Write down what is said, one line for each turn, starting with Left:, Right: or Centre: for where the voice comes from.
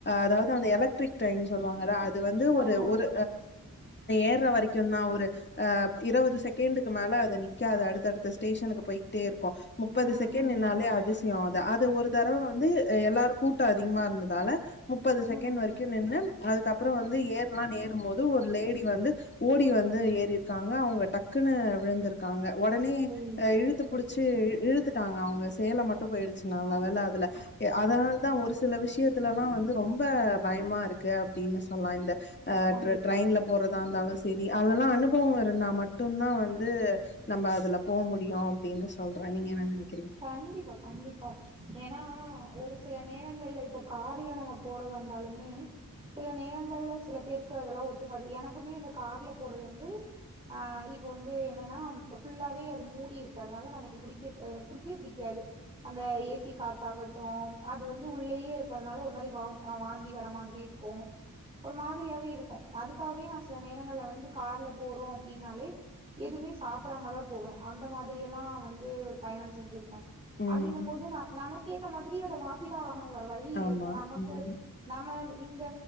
Left: அதாவது அந்த எலக்டரிக் ட்ரெயின் சொல்லுவாங்க அத் இது வந்து ஒரு
Right: ஆமா
Left: ஒரு ஏர்ற வரைக்கும் தான் ஒரு ஆ இருவது செகண்டுக்கு மேல அது நிக்காது அடுத்தடுத்த ஸ்டேஷனுக்கு போய் டே இருக்கும் முப்பது
Right: ம்
Left: செகண்ட் நின்னாலே
Right: ம்
Left: அதிசயம் அது அது ஒரு தரவ வந்து எல்லாருக்கும் கூட்டம் அதிகமா இருந்ததால முப்பது
Right: ம்
Left: செகண்ட் வரைக்கு நின்னு அதுக்கப்புற வந்து ஏறலாம்னு ஏறும்போது ஒரு லேடி வந்து ஓடி வந்து ஏறி இருக்காங்க அவங்க டக்குன்னு விழுந்திருக்காங்க ஒடனே
Right: ஐயயோ
Left: இழுத்து புடிச் சு இழுத்துட்டாங்க அவங்க சேல மட்டும் போயிடுச்சு நல்லவேல அதுல அதனாலதா ஒரு சில விஷயத்துலல்லா வந்து ரொம்ப பயமா இருக்கு அப்டின்னு சொல்லலா இந்த அ
Right: கண்டிப்பா
Left: ட்ரெயின்ல போறதா இருந்தாலும் சேரி அதல்லா அனுபவம் இருந்தா மட்டும் தா வந்து நம்ம அதுல போக முடியும் அப்படின்னு சொல்றேன் நீங்க என்ன நெனைக்கறீங்க
Right: கண்டிப்பா கண்டிப்பா ஏன்னா ஒரு சில நேரங்கள்ல இப்ப கார்ல நம்ம போறதா இருந்தாலுமே சில நேரங்கள்ல சில பேருக்கு அதெல்லா ஒத்துக்காது எனக்குமே இந்த கார்ல போறது வந்து ஆ இப்ப வந்து என்னன்னா ஃபுல்லாவே அது மூடி இருக்கிறதுனால நமக்கு பிடிக்க புடிக்கவே புடிக்காது அந்த ஏசி காத்தாகட்டும் அது வந்து உள்ளேயே இருக்கிறதுனால ஒரு வாம் வாந்தி வர மாதிரி இருக்கும் க்கு ஒரு மாதிரியாவே இருக்கும் அதுக்காகவே நா சில நேரங்கள்ல வந்து கார்ல போறோம் அப்படின்னாலே எதுவுமே சாப்பிடாம தா போவே அந்த மாதிரில்லா வந்து பயணம் செஞ்சிருக்கேன்
Left: ம்
Right: அப்படின்னும் போது ந நமக்கேத்த மாதிரி அத மாத் திதா தா ஆகணு வேற வழி இல்ல
Left: ஆமா
Right: இப்ப நமக்கு
Left: ம்
Right: நம்ம இந்த